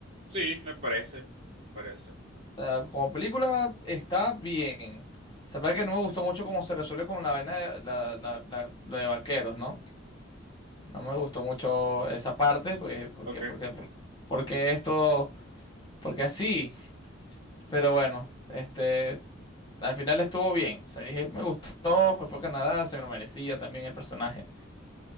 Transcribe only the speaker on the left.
sea, como película está bien. Se parece
que no me gustó mucho cómo se resuelve como la vaina de, la- la- la- lo de vaqueros, ¿no? No me gustó mucho esa parte, porque, porque,
porque, porque esto, porque así. Pero bueno, este, al final estuvo bien. O sea, dije, me gustó, fue por Canadá, se me lo merecía también el personaje.